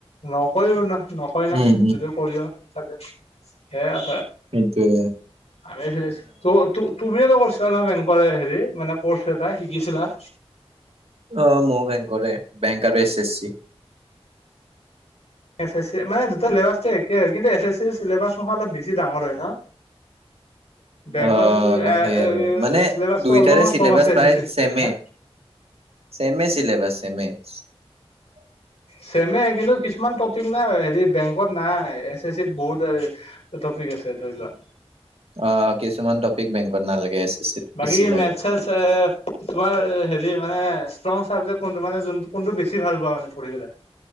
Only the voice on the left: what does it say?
নকয়ো ন নকয়
না, যদি কৰিও চাগে সেয়া
আমি তো তো তুমিও ত কছ চা নহয় বেংকৰ হেৰি মানে কৰ্চ এটা শিকিছিলা
এছ এছ চি মানে দুটা চিলেবাচটো একে হয়। কিন্তু এছ এছ চিৰ চিলেবাছ মুখা অলপ বেছি ডাঙৰ হয় ন। বেংকত
এ
চিলেবাচটো
অলপমান
কম আছে এছ
এছ চিত
কে হয় না।
ছেমে কিন্তু কিছুমান টপিক নাই হেৰি বেংকত নাই, এছ এছ চিত বহুত টপিক আছে ধৰি লোৱা
বাকী
মেথ চা, এ তোমাৰ হেৰি মানে ষ্টং চাবজেক কোনটো মানে যোনটো কোনটো বেছি ভাল পোৱা মানে পঢ়ি পেলাই?